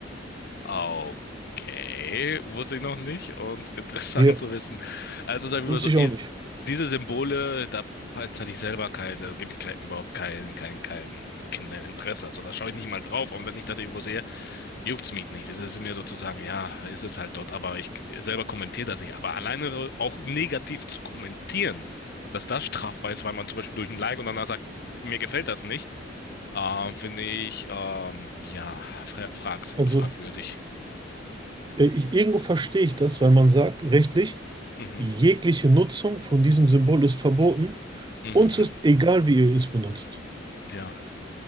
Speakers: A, on the left; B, on the right.
A: okay, wusste ich noch nicht und <laughs> interessant
B: Ja,
A: zu wissen. Also sagen
B: wusste
A: wir mal so,
B: ich
A: i-
B: auch nicht.
A: diese Symbole, da zahle ich selber kein, da gebe ich kein, überhaupt kein, kein, kein Kinderinteresse, also da schaue ich nicht mal drauf und wenn ich das irgendwo sehe, Juckt's mich nicht. Es ist mir sozusagen, ja, ist es halt dort, aber ich selber kommentiere das nicht. Aber alleine auch negativ zu kommentieren, dass das strafbar ist, weil man zum Beispiel durch ein Like und danach sagt, mir gefällt das nicht, äh, finde ich, ähm, ja, fra frags-
B: Also,
A: fragwürdig.
B: äh, ich, irgendwo verstehe ich das, weil man sagt, rechtlich,
A: Mhm,
B: Jegliche Nutzung von diesem Symbol ist verboten.
A: mhm,
B: Uns ist egal, wie ihr es benutzt.
A: ja,